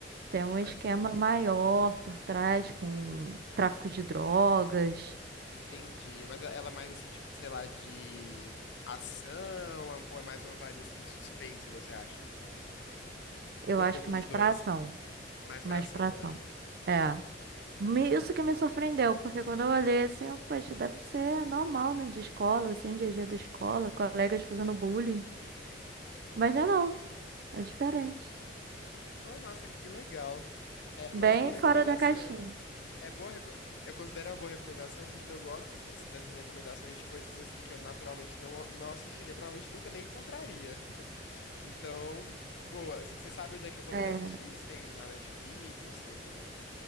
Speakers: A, on the right; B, on the left.
A: Tem um esquema
B: Mas,
A: maior por trás com tráfico de drogas.
B: entendi, mas é, ela é mais assim, tipo, sei lá, de ação, ou é é mais uma vibe assim de suspense, você acha?
A: Eu
B: Ou
A: acho
B: um pouco
A: que mais
B: dos
A: pra
B: dois?
A: ação.
B: Mais
A: Mais
B: pra ação,
A: pra ação.
B: né?
A: É. Me- Isso que me surpreendeu, porque quando eu olhei assim, eu, poxa, deve ser normal, né? De escola, assim, dia a dia da escola, colegas fazendo bullying. Mas não é não, é diferente.
B: Pô, nossa, que legal. É,
A: Bem
B: mas boa recomendação.
A: fora da caixinha.
B: É boa, reco- eu considero uma boa recomendação porque eu gosto dessas, dessas recomendações de coisas assim que eu naturalmente não, não assistiria, provavelmente nunca nem encontraria. Então, boa. C- Você sabe onde é que eu poderia
A: É.
B: assistir
A: <laughs>
B: isso? Tem na Netflix, assim, alguma?